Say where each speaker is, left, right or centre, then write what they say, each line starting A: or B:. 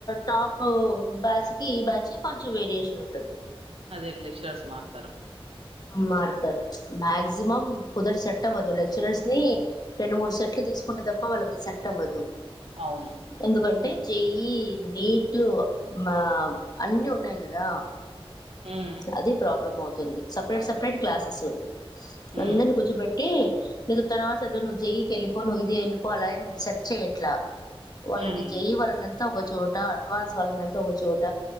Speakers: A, on the left (about 40°); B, on the right (about 75°).
A: టాప్ బ్యాచ్కి బచ్కి కొంచెం వేరియషన్ ఉంటది
B: అదలక్షర్స్ మార్తారు
A: మరతారు మక్సిమం కుదర్చట్ట సెట్ అవ్వదు లెక్చరర్స్ ని రెండు మూడు సెట్లు తీసుకుంట తప్ప వాళ్ళకి సెట్ అవ్వదు
B: అవును
A: ఎందుకంటే జే ఇ నీట్ మా అన్నిీ ఉన్నాయి కదా
B: ఉమ్
A: అది ప్రాబ్లం అవుతుంది సపరేట్
B: అవునులే
A: సపరేట్ క్లాసెస్
B: ఉమ్
A: అందరిని కూర్చోపెట్టి నీకు తర్వాత నువ్వు జయి కి వెళ్ళిపొ ఇది వెళ్ళి పొ అల ఎం సెట్ చేయట్లా వాళ్ళని
B: ఉమ్
A: జయి వాళ్ళలనంత ఒక చోట అడ్వాన్స్ వాళ్ళనంతా ఒక చోట